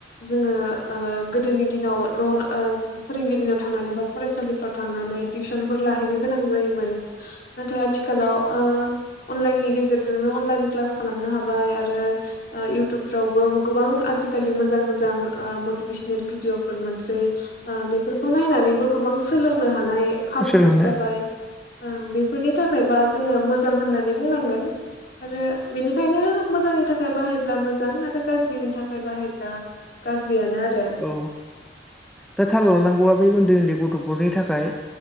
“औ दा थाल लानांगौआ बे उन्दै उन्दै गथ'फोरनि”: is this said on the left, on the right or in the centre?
Centre